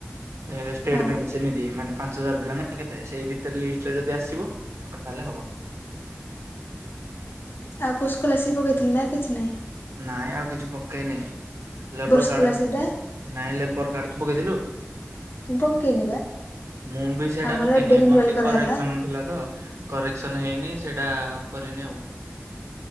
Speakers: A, on the right; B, on the left.
A: ଓ ଷ୍ଟେଟ
B: ହଁ
A: ବେଞ୍ଚ ଯେମିତି ମାନେ ପାଞ୍ଚ ହଜାର ପିଲାନା କେତେ ସେଇ ଭିତରେ ଲିଷ୍ଟରେ ଯଦି ଆସିବ ତାହେଲେ ହବ।
B: ଆଉ କୋଉ ସ୍କୁଲ ଆସିକି ପକେଇଥିଲୁ ନା ଆଉ କିଛି ନାଇଁ?
A: ନାଇଁ ଆଉ କିଛି ପକେଇନି ଲେବର
B: ସ୍କଲାରସିପ
A: କାଡ
B: ଟା
A: ନାଇଁ ଲେବର କାର୍ଡ ତୁ ପକେଇଥିଲୁ?
B: ମୁଁ ପକେଇନି ବା
A: ମୁଁ ବି ସେଇଟା
B: ଆମର
A: ପକେଇନି
B: ଏବେ ରିନୁଆଲ
A: ମୋର ଟି
B: କରାହେଲା।
A: କାରେକ୍ସନ୍ ଥିଲା ତ କରେକ୍ସନ ହେଇନି ସେଇଟା କରିନି ଆଉ।